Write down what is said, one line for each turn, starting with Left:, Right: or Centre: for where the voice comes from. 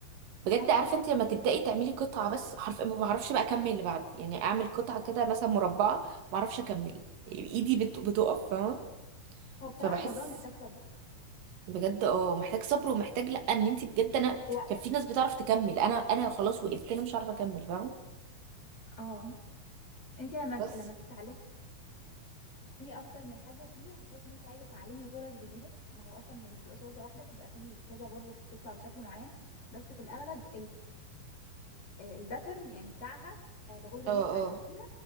Right: بجد
Left: اه
Right: عارفه انت لما تبداي تعملي قطعه بس حرف ما بعرفش بقى اكمل اللي بعده يعني اعمل قطعه كده مثلا مربعه ما اعرفش اكمل ايدي بت... بتقف فاهمه
Left: هو بصراحه
Right: فبحس
Left: الموضوع محتاج صبر
Right: بجد اه محتاج صبر ومحتاج لا ان انت بجد انا
Left: وقت
Right: كان في ناس بتعرف تكمل انا انا خلاص وقفت انا مش عارفه اكمل فاهمه
Left: اه انت لما ت-
Right: بس
Left: لما تتعلمي اكتر من حاجه فيه هتحسي ان انت عايزه تتعلمي غرز جديده ما هو اصلا هي ما بتبقاش غرزه واحده بتبقى فيه كذا غرزه بتطلع بشكل معين بس في الاغلب آه، الباترن يعني بتاعها آه، الغرزه
Right: اه
Left: اللي انت اتعلمتيها
Right: اه